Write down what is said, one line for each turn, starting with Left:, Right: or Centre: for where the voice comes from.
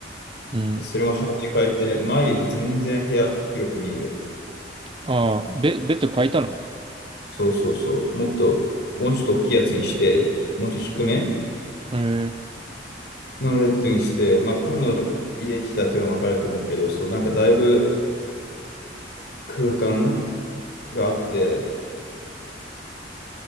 Right: うん。
Left: それも配置変えて、前より全然部屋広く見える。
Right: ああ、ベ、ベッド変えたの
Left: そうそうそう。もっと、もうちょっと大きいやつにして、もっと低め
Right: うん。
Left: のベッドにして、まあ、今度家来たら多分わかると思うけど、そう、なんかだいぶ空間があって、